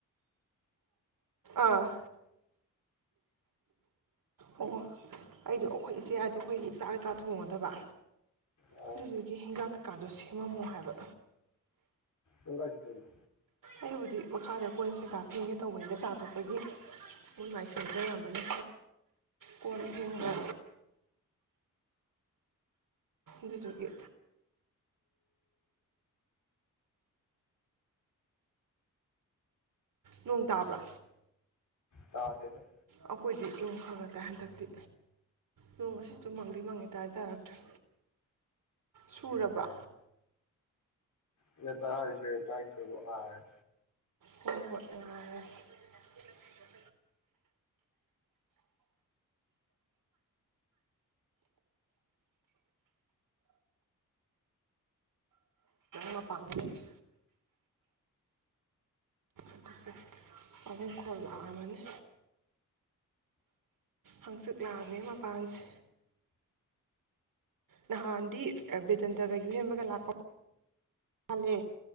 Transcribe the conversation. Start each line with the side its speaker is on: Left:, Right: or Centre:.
Right: ꯑꯥ ꯑꯣ ꯑꯣ ꯑꯩꯗꯣ ꯑꯩꯈꯣꯏ ꯏꯆꯦ ꯍꯥꯏꯗꯣ ꯑꯩꯈꯣꯏꯒꯤ ꯆꯥꯛ ꯀꯩꯀꯥ ꯊꯣꯡꯒꯗꯕ
Left: ꯑꯣ
Right: ꯑꯗꯨꯗꯨꯒꯤ ꯍꯤꯟꯖꯥꯡ ꯀꯩꯀꯥꯗꯣ ꯁꯦꯝꯃꯝꯃꯣ ꯍꯥꯏꯕ
Left: ꯅꯠꯇ꯭ꯤꯌꯦꯔ
Right: ꯑꯩꯕꯨꯗꯤ ꯃꯈꯥꯗ ꯀꯣꯟ ꯀꯩꯀꯥ ꯐꯦꯡꯒꯦ ꯇꯧꯕꯅꯤꯗ ꯆꯥ ꯊꯛꯄꯒꯤ ꯃꯣꯏ ꯃꯥꯏ ꯁꯦꯝꯖꯔꯝꯃꯅꯤ ꯀꯣꯟ ꯐꯦꯡꯕ ꯗꯨ ꯗꯨ ꯒꯤ ꯅꯣꯡ ꯇꯥꯕ꯭ꯔꯣ
Left: ꯇꯥꯗꯦꯗ
Right: ꯑꯩꯈꯣꯏꯗꯤ ꯅꯣꯡ ꯈ ꯈ ꯇꯥꯏ ꯍꯟꯗꯛꯇꯤ ꯅꯣꯡ ꯉꯁꯤꯁꯨ ꯃꯪꯗꯤ ꯃꯪꯉꯦ ꯇꯥꯗꯤ ꯇꯥꯔꯛꯇ꯭ꯔꯤ ꯁꯨꯔꯕ꯭ꯔꯣ
Left: ꯑꯩꯅ ꯇꯥꯔꯤꯁꯦ ꯇꯥꯢ ꯈꯨꯝꯃꯣ ꯑ ꯅ
Right: ꯍꯣ ꯍꯣꯢ <unintelligible> ꯃꯄꯥꯟꯗ ꯂꯩꯔꯤ <unintelligible> ꯍꯩꯅꯩ ꯈꯣꯟ ꯂꯥꯛꯑꯝꯃꯅꯤ ꯍꯪꯆꯤꯠ ꯂꯥꯡꯉꯦ ꯃꯄꯥꯟꯁꯦ ꯅꯍꯥꯟꯗꯤ ꯕꯦꯗꯟꯇꯒ ꯌꯨꯍꯦꯟꯕꯒ ꯂꯥꯛꯄ ꯍꯥꯜꯂꯦ